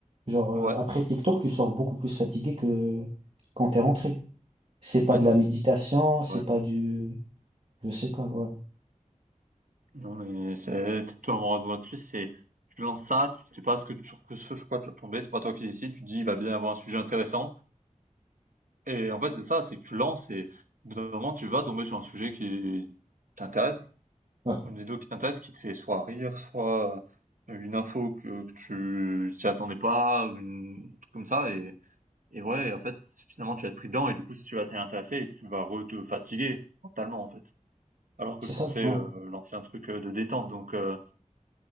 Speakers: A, on the right; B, on the right.
A: Genre, euh,
B: Ouais.
A: après TikTok, tu sors beaucoup plus fatigué que quand t'es rentré. C'est
B: Ouais,
A: pas de
B: non,
A: la
B: mais
A: méditation,
B: c'est
A: c'est
B: ouais.
A: pas du... Je sais pas, ouais.
B: Non, mais c'est tout un moment de là c'est tu lances ça, tu sais pas ce que tu sur que ce sur quoi tu vas tomber, c'est pas toi qui décides, tu dis il va bien y avoir un sujet intéressant. Et en fait c'est ça, c'est que tu lances et au bout d'un moment tu vas tomber sur un sujet qui t'intéresse.
A: Ouais,
B: Une vidéo qui t'intéresse, qui te fait soit rire, soit euh, une info que, que tu t'y attendais pas, ou une, un truc comme ça, et, et ouais, en fait, finalement, tu vas être pris dedans, et du coup, si tu vas t'y intéresser, et tu vas re te fatiguer, mentalement, en fait. Alors que
A: c'est
B: je
A: ça,
B: pensais
A: ouais.
B: euh, lancer un truc euh, de détente, donc euh,